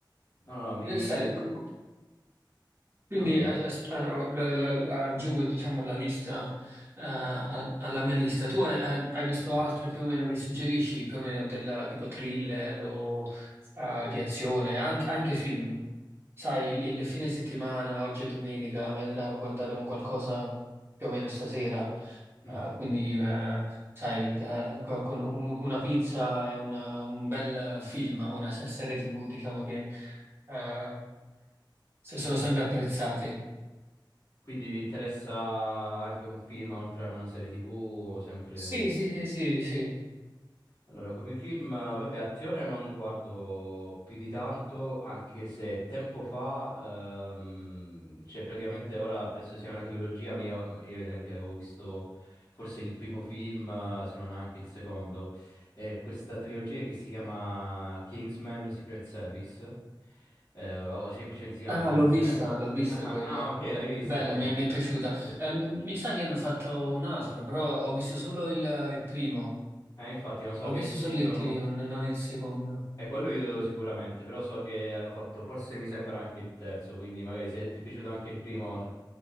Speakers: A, on the left; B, on the right.
A: No, no, no, vi...
B: Interessante. Qu- qu- Quindi
A: No, dimmi.
B: eh, eh, eh, la- la- la- aggiungo diciamo la lista eh, a- alla mia lista. Tu hai, hai- hai visto
A: Sì.
B: altre più o meno che suggerisci, più o meno del tipo thriller o eh, di azione, anche, anche film? Sai, il, il fine settimana, oggi è domenica, mi andrà a guardare un qualcosa più o meno stasera.
A: Mhm.
B: Eh, quindi, eh, sai, eh, co- con un- una pizza e una- un bel film, una se- serie TV, diciamo che eh, se- sono sempre apprezzati.
A: Quindi ti interessa anche un film oltre a una serie TV, sempre...
B: Sì, sì, sì, sì, sì.
A: Allora, come film, vabbè, azione non guardo più di tanto, anche se tempo fa, ehm, cioè praticamente ora penso sia una trilogia, ma io, io ai tempi avevo visto forse il primo film, eh, se non anche il secondo, è questa trilogia che si chiama Kingsman Secret Service, eh, o semplicemente si chiama
B: Ah, no,
A: Kingsman.
B: l'ho vista, l'ho vista
A: Ah,
B: quella.
A: ah, ok, l'hai vista
B: Bella,
A: quella.
B: mi, è mi è piaciuta.
A: Ti è piaciuta?
B: Eh, mi
A: Sì.
B: mi sa che hanno fatto un altro, però ho visto solo il, il primo.
A: Eh, infatti, ma so
B: Ho
A: che
B: visto
A: ci
B: solo
A: sono...
B: il primo, n- non il secondo.
A: E quello io devo sicuramente, però so che hanno fatto, forse mi sembra anche il terzo, quindi magari se ti è piaciuto anche il primo,